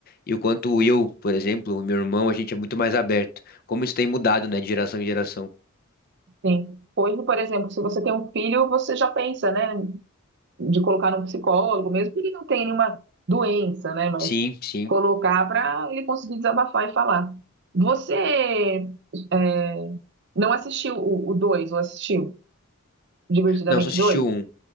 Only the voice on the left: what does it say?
E o quanto eu, por exemplo, o meu irmão, a gente é muito mais aberto. Como isso tem mudado, né, de geração em geração.
Sim, sim.
Não, só assisti
o um,